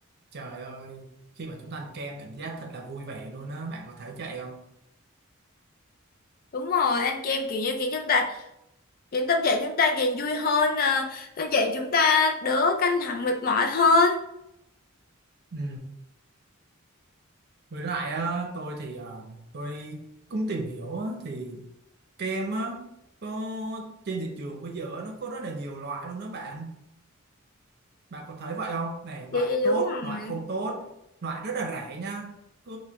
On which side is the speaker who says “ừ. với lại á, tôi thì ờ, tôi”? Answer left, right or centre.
Right